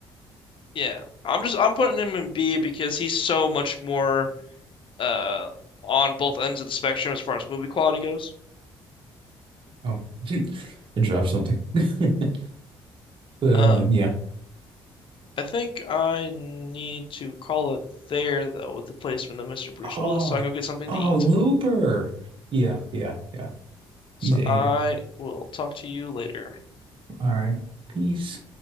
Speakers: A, on the left (about 50°); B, on the right (about 50°).
A: Yeah, I'm just I'm putting him in B because he's so much more uh on both ends of the spectrum as far as movie quality goes.
B: Oh, <laughs> I dropped something. <laughs> But uh,
A: Uh,
B: yeah.
A: I think I need to call it there though with the placement of Mr. Bruce
B: Oh,
A: Willis, so I can go get something
B: oh,
A: to eat.
B: Looper. Yeah, yeah, yeah.
A: So
B: He's a
A: I
B: air.
A: will talk to you later.
B: All right. Peace.